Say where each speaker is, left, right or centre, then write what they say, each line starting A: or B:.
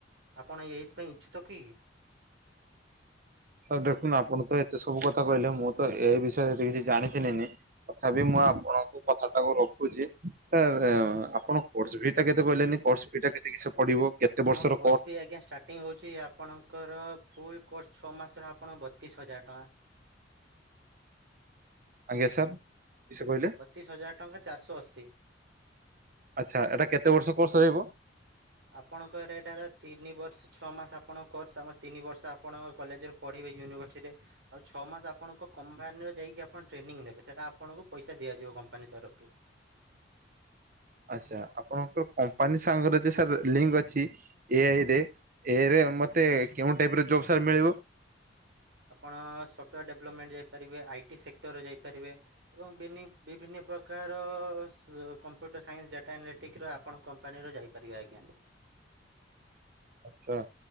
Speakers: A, on the right (about 80°); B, on the right (about 50°).
A: ଆପଣ ଏଇ ଏଇଥିପାଇ ଇଚ୍ଛୁକ କି?
B: ସାର୍ ଦେଖୁନ ଆପଣ ତ ଏତେ ସବୁ କଥା କହିଲେ ମୁଁ ତ ଏଇ ବିଷୟରେ ଏତ କିଛି ଜାଣିିଥିଲି ନି। ତଥା ବିି ମୁଁ ଆପଣଙ୍କୁ କଥା ଟାକୁ ରଖୁଛି ଏ ଆପଣ କୋର୍ସ ଫି ଟା କେତ କହିଲେି କୋର୍ସ ଫି ଟା କେତେ କିଛି ପଡିବ? କେତେ
A: ଆମ
B: ବର୍ଷର
A: କୋର୍ସ ବି ଆଜ୍ଞା ଷ୍ଟାର୍ଟ ପାର୍ଟିଂ ହେଉଛି ଆପଣଙ୍କର ଫୁଲ୍ କୋର୍ସ ଛଅ ମାସର ଆପଣ ବତିଶ ହଜାର ଟଙ୍କା
B: ଆଜ୍ଞା ସାର୍ କିସ କହିଲେ
A: ବତିଶ ହଜାର ଟଙ୍କା ଚାରିଶହ ଅଶୀ।
B: ଆଚ୍ଛା ଏଟା କେତେ ବର୍ଷ କୋର୍ସ ରହିବ?
A: ଆପଣଙ୍କ ରେଟା ହେଲା ତିନି ବର୍ଷ ଛଅ ମାସ ଆପଣ କରୋର୍ସ ଆମର ତିନି ବର୍ଷ ଆପଣଙ୍କ କଲେଜରେ ପଢ଼ିବେ ୟୁନିଭର୍ସିଟିରେ ଆଉ ଛଅ ମାସ ଆପଣଙ୍କ କମ୍ପାନୀରେ ଯାଇକି ଆପଣ ଟ୍ରେନିଂ ନେବେ ସେଇଟା ଆପଣଙ୍କୁ ପଇସା ଦିଆଯିବ କମ୍ପାନୀ ତରଫରୁ
B: ଆଚ୍ଛା ଆପଣଙ୍କର କମ୍ପାନୀ ସାଙ୍ଗରେ ଯେ ସାର୍ ଲିଙ୍କ ଅଛି। ଏ ଆଇରେ ଏରେ ମତେ କେଉଁ ଟାଇପରେ ଜୋବ ସାର ମିଳିବ?
A: ଆପଣ ସଫ୍ଟୱୋର୍ ଡେଭଲପମେଣ୍ଟ ଯାଇପାରିବେ ଆଇଟି ସେକ୍ଟରରେ ଯାଇପାରିବେ। ଏବଂ ବେନି ବିଭିନ୍ନ ପ୍ରକାର ସ କମ୍ପ୍ୟୁଟର ସାଇନ୍ସ ଡାଟା ଆନାଲେଟିକ ର ଆପଣ କମ୍ପାନୀର ଯାଇ ପାରିବେ ଆଜ୍ଞା।
B: ଆଚ୍ଛା